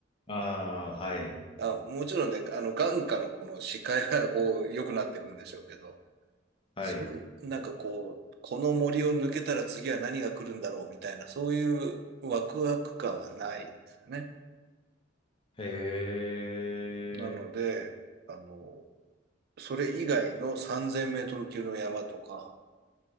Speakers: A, on the left; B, on the right.
A: あー、はい、
B: あ、もちろんね、あの、眼下のこの視界がこう、良くなっていくんでしょうけど、
A: はい。
B: そういう、なんかこう、この森を抜けたら次は何が来るんだろうみたいな、そういうワクワク感はないんですよね。
A: へえ。
B: なので、あの、それ以外の3000メートル級の山とか、